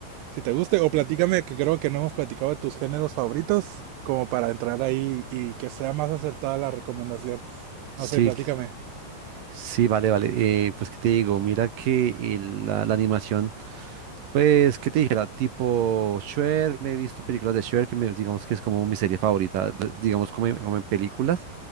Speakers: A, on the right (about 80°); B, on the right (about 60°).
A: si te guste o platícame que creo que no hemos platicado de tus géneros favoritos como para entrar ahí y que sea más acertada la recomendación.
B: Sí,
A: No sé, platícame.
B: Sí, vale, vale. Eh, pues, ¿qué te digo? Mira que el- la, la animación, pues, ¿qué te dijera? Tipo Shrek, me he visto películas de Shrek, que me- digamos que es como mi serie favorita, re- digamos como, en- como en películas,